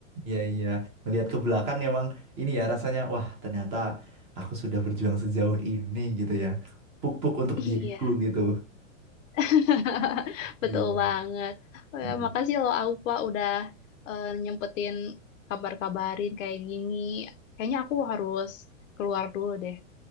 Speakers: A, on the right; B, on the left.
A: iya iya. Melihat ke belakang emang ini ya rasanya wah ternyata aku sudah berjuang sejauh ini gitu ya. Puk-puk untuk
B: Iya.
A: diriku gitu.
B: <laughs>
A: Iya.
B: Betul banget. Oh
A: bener.
B: ya, makasih loh Aupa udah eh, nyempetin kabar-kabarin kayak gini. Kayaknya aku harus keluar dulu deh.